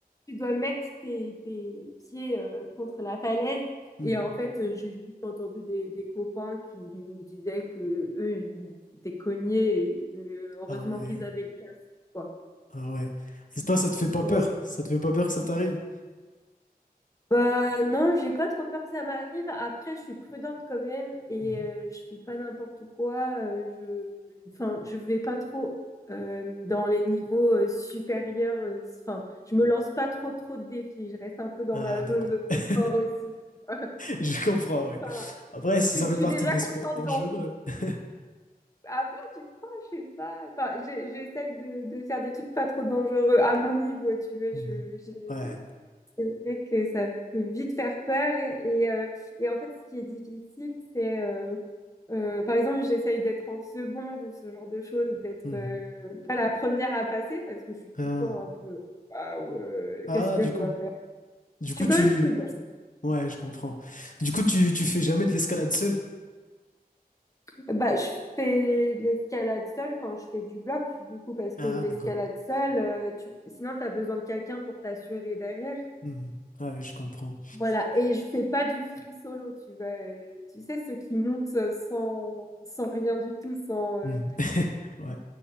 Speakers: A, on the left; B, on the left.
A: tu dois mettre tes, tes pieds euh, contre la falaise.
B: Mhm.
A: Et en fait, euh, j'ai juste entendu des, des copains qui me disaient que eux, ils étaient cognés et que heureusement
B: Ah ouais.
A: qu'ils avaient le casque, quoi.
B: Ah ouais. Et toi, ça te fait pas
A: Pour,
B: peur?
A: euh,
B: Ça te fait pas peur que ça t'arrive?
A: Bah non, j'ai pas trop peur que ça m'arrive. Après, je suis prudente quand même et
B: Mhm.
A: euh, je fais pas n'importe quoi. euh, je, enfin, je vais pas trop euh, dans les niveaux euh, supérieurs. euh, Enfin, je me lance pas trop trop de défis. Je reste un peu dans
B: Ah,
A: ma
B: d'accord.
A: zone de confort
B: <laughs>
A: aussi. <laughs>
B: Je comprends, ouais.
A: Enfin,
B: Après, ça
A: je, suis
B: ça fait
A: je suis
B: partie
A: déjà
B: des
A: contente
B: sports dangereux.
A: d'en.
B: <laughs>
A: Ah bon, tu crois? Je sais pas. Enfin, j'ai- j'essaye de, de faire des trucs pas trop dangereux à mon niveau, tu vois.
B: Mhm.
A: Je, je-
B: Ouais.
A: C'est vrai que ça peut vite faire peur et, euh, et en fait ce qui est difficile c'est euh, euh, par exemple j'essaye d'être en seconde ou ce genre de choses d'être
B: Mhm.
A: euh, pas la première à passer parce que je suis tout
B: Ah.
A: le temps un peu waouh euh,
B: Ah,
A: qu'est-ce que
B: du
A: je dois
B: coup.
A: faire?
B: Du
A: Je
B: coup,
A: suis
B: tu...
A: quand même prudente.
B: Ouais, je comprends. Du coup, tu, tu fais jamais de l'escalade seul?
A: Bah je fais de l'escalade seule quand je fais du bloc du coup parce que
B: Ah,
A: l'escalade
B: d'accord.
A: seule euh, tu sinon t'as besoin de quelqu'un pour t'assurer derrière.
B: Mhm. Ouais, je comprends.
A: Voilà, et je fais pas du free solo, tu vois. euh, tu sais, ceux qui montent euh, sans, sans rien du tout, sans...
B: Mhm.
A: euh,
B: <laughs> Ouais.